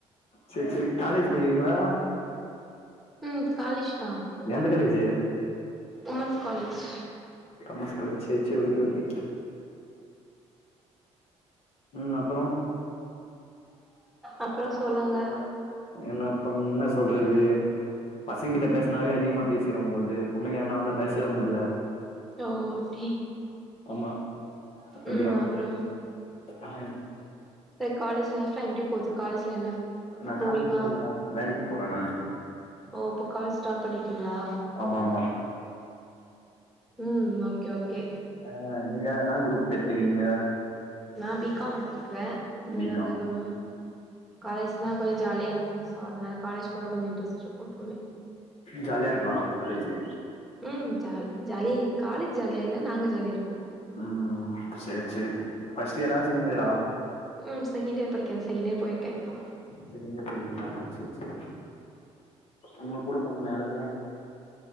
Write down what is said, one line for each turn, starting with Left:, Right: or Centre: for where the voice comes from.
Left: செரி செரி காலேஜ் படிக்கறீங்ளா
Centre: ம் காலேஜ் தா
Left: எந்த college
Centre: women's college
Left: women's college சரி சரி ஓகே ஓகே அ அப்றோ
Centre: அப்பற சொல்லுங்க
Left: என்ன இப்ப பண்ண சொல்றது பசங்க கிட்ட பேசுனாவே அதிகமா பேசிடுவம்பொழுது பொண்ணுங்க வந்தா பேசவே முட்ல
Centre: ஓ அப்டி
Left: ஆமா அப்படிதா
Centre: ம் அப்றோ
Left: அ
Centre: த காலேஜ் லைஃப்லா எப்டி போகுது காலஜ்ல என்ன
Left: நா
Centre: போரிங்கா
Left: காலேஜில்லா இல்ல நா வேலைக்கு போற நானு
Centre: ஓ இப்போ கால் ஸ்டாப் பண்ணிட்டீங்களா
Left: ஆமாமா
Centre: ம் ஓகே ஓகே
Left: ஆ நீங்க என்னா குரூப் எத்துக்கிறீங்க
Centre: நா பிகாம் எத்ருக்றே இத
Left: பி
Centre: நாங்க
Left: காமா
Centre: கொஞ்சோ காலேஜ்னா கொஞ்சோ ஜாலியா இருக்கு ஸோ அதனால காலேஜ் போற கொஞ்சோ இன்ட்ரஸ்ட் இருக்கு எப்போமே
Left: ஜாலியா இருக்கு காலேஜு
Centre: ம் ஜாலி ஜாலியா இருக் காலேஜ் ஜாலியா இல்ல நாங்க ஜாலியா இருக்கோ
Left: ம் ம் சேரி சேரி ஃபர்ஸ்ட் இயரா செகண்ட் இயரா
Centre: ம் செகண்ட் இயர் படிக்கிறே செகண்ட் இயர் போயிருக்கே இப்போ
Left: செகண்ட் இயர் படிக்றீங்களா சேரி சேரி உங்க கூட பொறந்தவங்க யாரெல்லா